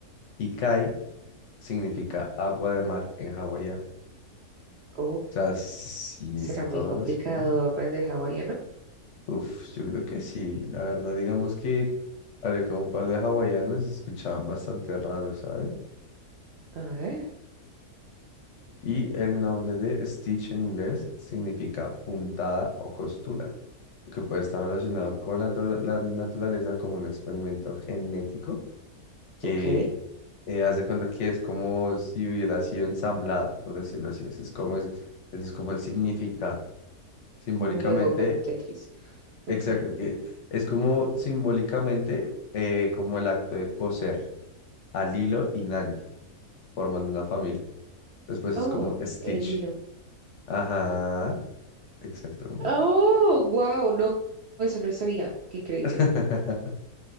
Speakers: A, on the left; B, on the right.
A: Y Kai significa agua de mar en hawaiano.
B: Oh,
A: O sea, sí,
B: será
A: está todo
B: muy
A: relacionado.
B: complicado aprender hawaiano.
A: Uf, yo creo que sí. La verdad, digamos que hablé con un par de hawaianos y se escuchaban bastante raro, ¿sabes?
B: A ver,
A: Y el nombre de Stitch en inglés significa puntada o costura, que puede estar relacionado con la, natu- la naturaleza como un experimento genético que
B: ok.
A: eh, haz de cuenta que es como si hubiera sido ensamblado, por decirlo así. Ese es como, es, ese es como el significado. Simbólicamente,
B: Como un Lego, como un Tetris. Ok.
A: exacto, que es como simbólicamente eh, como el acto de coser. a Lilo y Nani formando una familia. Después
B: Oh,
A: es como Stitch.
B: el hilo.
A: Ajá, exactamente.
B: Oh, wow, no, eso no lo sabía. Qué increíble.
A: <laughs>